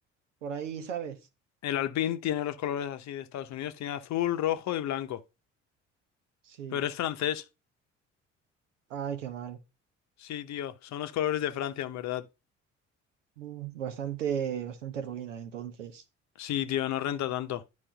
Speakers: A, on the right (about 85°); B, on the left (about 50°).
A: Por ahí, ¿sabes?
B: El Alpine tiene los colores así de Estados Unidos: tiene azul, rojo y blanco.
A: Sí.
B: Pero es francés.
A: Ay, qué mal.
B: Sí, tío, son los colores de Francia, en verdad.
A: Uf, bastante, bastante ruina, entonces.
B: Sí, tío, no renta tanto.